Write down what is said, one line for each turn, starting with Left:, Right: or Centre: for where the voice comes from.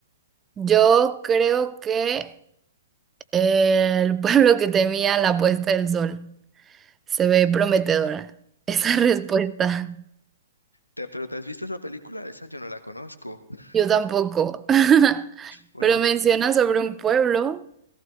Right: Yo creo que el <laughs> pueblo que temía la puesta del sol se ve prometedora. <laughs> Esa respuesta.
Left: Te- ¿Pero te has visto esa película? Esa yo no la conozco. <laughs>
Right: Yo tampoco. <laughs>
Left: Bueno,
Right: Pero menciona sobre un pueblo,